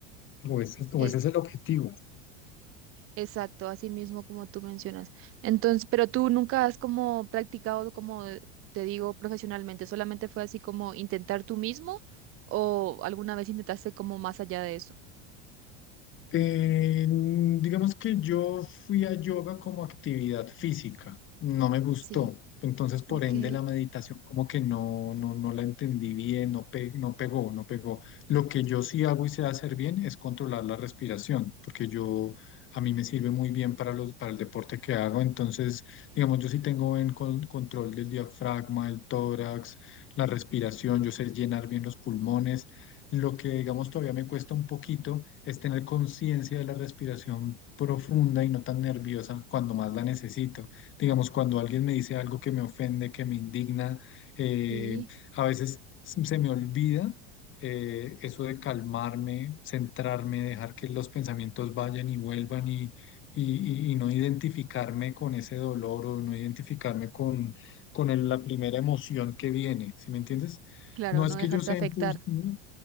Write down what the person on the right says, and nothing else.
es
exacto, así mismo como tú mencionas. Entonces, pero tú nunca has como practicado, como te digo, profesionalmente, solamente fue así como intentar tú mismo o alguna vez intentaste como más allá de eso.
Sí,
ok,
sí,
claro,
no
dejarse
afectar,